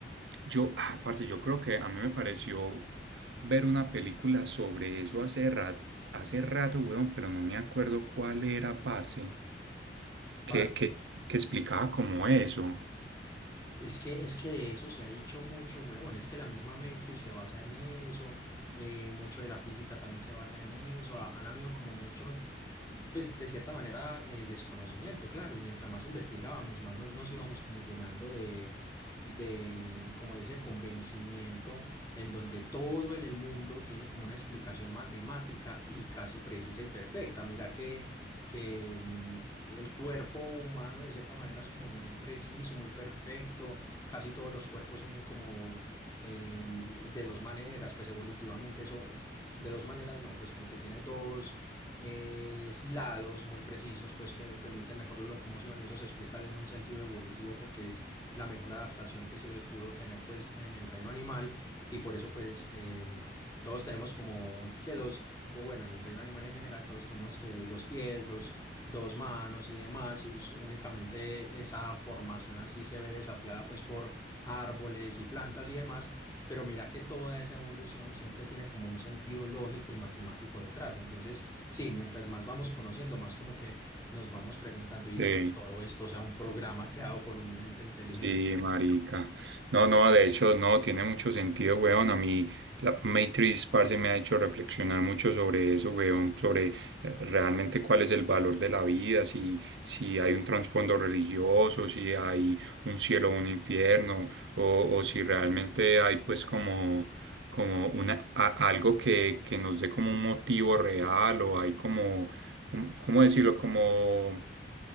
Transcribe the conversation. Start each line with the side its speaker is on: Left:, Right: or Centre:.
Right: yo, ah, parce, yo creo que a mí me pareció ver una película sobre eso hace rato, hace rato, weón, pero no me acuerdo cuál era, parce,
Left: parce.
Right: que, que, que explicaba como eso.
Left: Es que, es que de eso se ha dicho mucho, huevón. Es que la misma Matrix se basa en eso, eh, mucho de la física también se basa en eso. ha- han habido como mucho, pues de cierta manera, eh, desconocimiento, claro. Y mientras más investigábamos, más no- nos íbamos como llenando de, de, como de ese convencimiento en donde todo en el mundo tiene como una explicación matemática y casi precisa y perfecta. Mira que que mm, el cuerpo humano de cierta manera es como muy preciso, muy perfecto, casi todos los cuerpos son como eh, de dos maneras, pues evolutivamente eso, de dos maneras no, pues como que tiene dos eh, lados muy precisos, pues que permiten mejor la locomoción y eso se explica en un sentido evolutivo porque es la mejor adaptación que se pudo tener pues en el reino animal y por eso pues... em, todos tenemos como que dos, o bueno, en el reino animal en general, todos tenemos que dos pies, dos, dos manos y demás. Es únicamente esa formación así se ve desafiada pues por árboles y plantas y demás. Pero mira que toda esa evolución siempre tiene como un sentido lógico y matemático detrás. Entonces, sí, mientras más vamos conociendo, más como que nos vamos preguntando y donde
Right: Sí.
Left: todo esto sea un programa creado por un ente inteligente,
Right: Sí,
Left: ¿no?
Right: marica. No, no, de hecho, no, tiene mucho sentido, weón. A mí, la Matrix, parce, me ha hecho reflexionar mucho sobre eso, weón, sobre eh, realmente cuál es el valor de la vida, si, si hay un trasfondo religioso, si hay un cielo o un infierno, o, o si realmente hay, pues, como, como una, a- algo que, que nos dé como un motivo real, o hay como, como, ¿cómo decirlo? Como